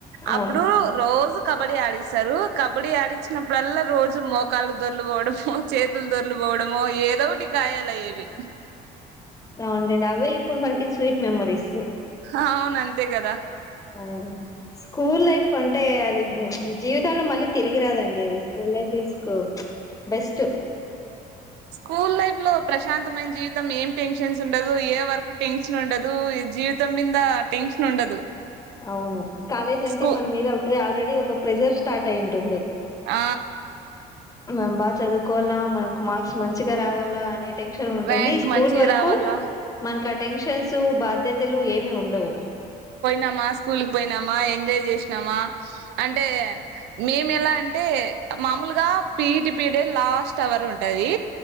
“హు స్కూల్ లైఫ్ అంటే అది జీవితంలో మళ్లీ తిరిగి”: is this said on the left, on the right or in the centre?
Left